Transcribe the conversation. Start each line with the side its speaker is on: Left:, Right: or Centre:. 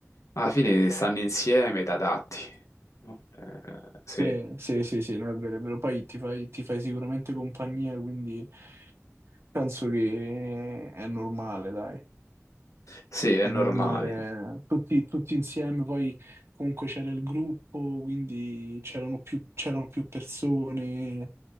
Left: alla fine stanno insieme da adatti. no? Eh, sì,
Right: Sì, sì, sì, sì, no, è vero, è vero. Poi ti fai, ti fai sicuramente compagnia, quindi penso che è normale, dai,
Left: sì, è
Right: è
Left: normale.
Right: normale. Tutti, tutti insieme, poi comunque c'era il gruppo, quindi c'erano più, c'erano più persone,